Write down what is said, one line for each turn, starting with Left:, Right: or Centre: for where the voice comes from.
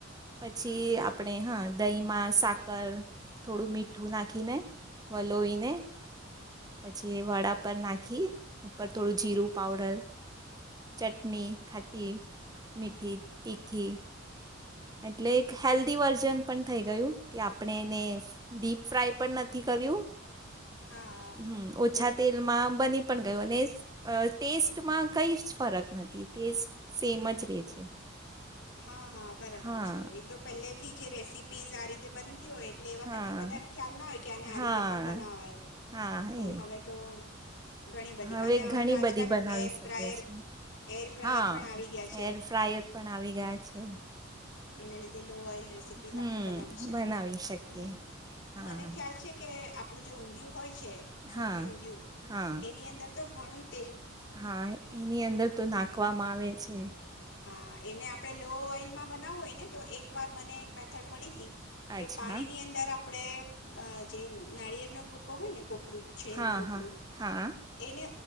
Right: પછી,
Left: હમ હમ
Right: આપણે
Left: હમ
Right: હા દહીં માં સાકર. થોડું મીઠું નાખીને, વલોવીને પછી એ વડા પર નાખી, ઉપર થોડું જીરું પાવડર, ચટની, ખાટી, મીઠી, તીખી, એટલે એક હેલ્ધી વર્ઝન પણ થઈ ગયું, કે આપણે. અને એને, ડીપ ફ્રાય પણ નથી કર્યું.
Left: હા હા
Right: હં, ઓછા
Left: બરાબર
Right: તેલમાં બની પણ. ગું અને ટેસ્ટમાં કઈ જ ફરક નથી ટેસ્ટ સેમ જ રે છે
Left: હા, હા, બરાબર
Right: હા
Left: છે, એ તો પહેલે. થી, જે રેસીપીઝ આ રીતે બન. ની હોય, એટલે એ વખતે
Right: હા
Left: બધાને ખ્યાલ ના હોય કે આને આ
Right: હા
Left: રીતે પણ બનાવાય,
Right: હા
Left: પણ
Right: એ
Left: હવે તો. ઘણી બધી
Right: હવે
Left: અને
Right: ઘણી
Left: તો આજકાલ
Right: બધી બનાવી
Left: એર
Right: શકે
Left: ફ્રાયર
Right: છે,
Left: એર ફ્રાયર
Right: હા,
Left: પણ આવી ગયા છે
Right: એર ફ્રાયર પણ આવી ગયા. છે.
Left: એના લીધે. લો ઓઈલ રેસીપીસ
Right: હમ
Left: આપડે બનાવી શકીએ,
Right: બનાવી શકીએ
Left: હમ્મ,
Right: હા
Left: મને ખ્યાલ છે, કે આ આપડું જો, ઊંધયું હોય. છે, સુરતી
Right: હા
Left: ઊંધિયું,
Right: હા
Left: એની અંદર. તો, ઘડા.
Right: હા, એની અંદર તો નાખવામાં આવે છે.
Left: હા એને આપણે લો ઓઈલમાં બનાવું હોય, ને તો એકવાર મને એક મેથડ મળી થી
Right: અચ્છા
Left: કે પાણી ની અંદર આપ આપણે અહ જે નારિયળનો ભૂકો હોય, ને કોપરું, છીણેલું
Right: હા
Left: કોપરું
Right: હા હા
Left: એને